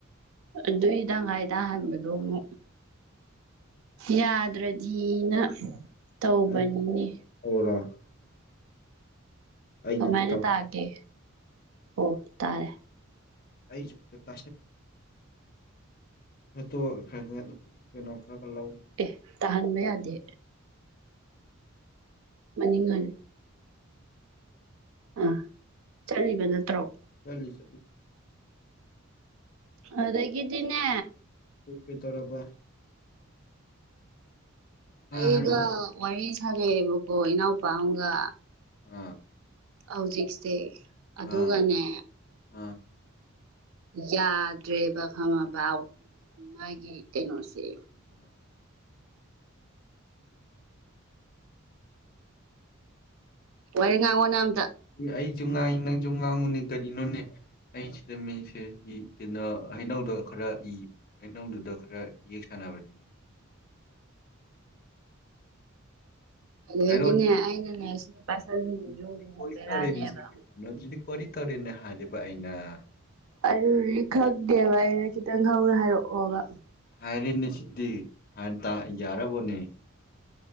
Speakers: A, on the right (about 75°); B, on the left (about 45°).
A: ꯑꯗꯨꯏ ꯇꯪꯈꯥꯏ ꯇꯍꯟꯕꯗꯣ ꯑꯃꯨꯛ ꯌꯥꯗ꯭ꯔꯗꯤꯅ ꯇꯧꯕꯅꯤꯅꯦ
B: ꯑꯩ ꯇꯧꯔꯣ ꯑꯩꯅ
A: ꯀꯃꯥꯏꯅ
B: ꯇꯧ
A: ꯇꯥꯒꯦ ꯑꯣ ꯇꯥꯔꯦ
B: <unintelligible> ꯐꯣꯏꯠꯇꯣ ꯈꯔ ꯇꯔ ꯑꯗꯨ ꯀꯩꯅꯣ ꯈꯔ ꯈꯔ ꯂꯧ
A: ꯑꯦ ꯇꯍꯟꯕ ꯌꯥꯗꯦ ꯃꯅꯤꯡ ꯍꯟ ꯑꯥ ꯆꯠꯂꯤꯕ ꯅꯠꯇ꯭ꯔꯣ
B: ꯆꯠꯂꯤ ꯆꯠꯂꯤ
A: ꯑꯗꯥꯒꯤꯗꯤꯅꯦ
B: ꯀꯩꯗꯧꯔꯕ ꯃꯈꯥ
A: ꯑꯩꯒ
B: ꯍꯥꯏꯔꯛꯑꯣ
A: ꯋꯥꯔꯤ ꯁꯥꯅꯩꯑꯦꯕꯀꯣ ꯏꯅꯥꯎꯄꯥ ꯑꯃꯒ
B: ꯑꯥ
A: ꯍꯧꯖꯤꯛꯁꯦ ꯑꯗꯨꯒꯅꯦ
B: ꯑꯥ ꯑꯥ
A: ꯌꯥꯗ꯭ꯔꯦꯕ ꯈꯪꯉꯕꯥꯎ ꯃꯥꯒꯤ ꯀꯩꯅꯣꯁꯦ
B: ꯇꯧꯔꯕ
A: ꯋꯥꯔꯤ ꯉꯥꯡꯉꯣ ꯅꯪ ꯑꯝ
B: ꯑꯩꯁꯨ ꯉꯥꯡꯏ ꯅꯪꯁꯨ ꯉꯥꯡꯉꯨꯅꯦ ꯀꯔꯤꯅꯣꯅꯦ ꯑꯩ ꯁꯤꯗ ꯃꯤꯁꯦꯒꯤ ꯀꯩꯅꯣ ꯍꯩꯅꯧꯗꯣ ꯈꯔ ꯏ ꯍꯩꯅꯧꯗꯨꯗ ꯈꯔ ꯌꯦꯛ ꯁꯥꯟꯅꯕꯅꯤ <inaudible>
A: ꯑꯗꯨꯏꯗꯤꯅꯦ
B: ꯍꯥꯏꯔꯛꯑꯣꯅꯦ
A: ꯑꯩꯅꯅꯦ ꯁꯤꯒꯤ ꯄꯥꯏꯁꯟꯂꯤꯁꯤꯁꯨ
B: ꯁꯤꯗꯤ
A: ꯑꯃꯨꯨꯛ
B: ꯀꯣꯔꯤ
A: ꯕꯦꯔꯥꯅꯦꯕ
B: ꯇꯧꯔꯦꯅꯦ ꯁꯤ ꯀꯩꯅꯣꯗꯨꯗꯤ ꯀꯣꯔꯤ ꯇꯧꯔꯦꯅꯦ ꯍꯥꯏꯔꯤꯕ ꯑꯩꯅ
A: ꯑꯗꯨ ꯂꯤꯈꯪꯗꯦꯕ ꯑꯩꯅ ꯈꯤꯇꯪ ꯍꯧꯅ ꯍꯥꯏꯔꯛꯑꯣꯕ
B: ꯍꯥꯏꯔꯤꯅꯦ ꯁꯤꯗꯤ <unintelligible> ꯌꯥꯔꯕꯣꯅꯦ